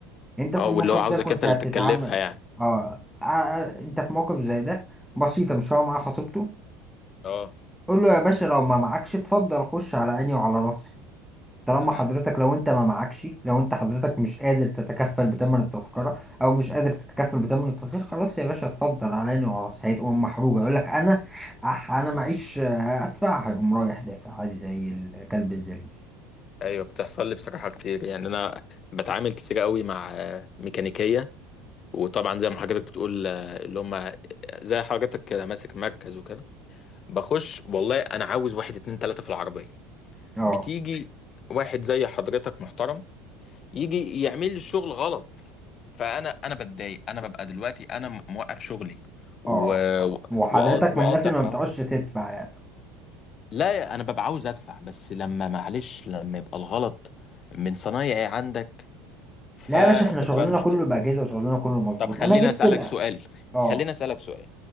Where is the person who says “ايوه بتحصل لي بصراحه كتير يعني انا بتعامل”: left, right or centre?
Left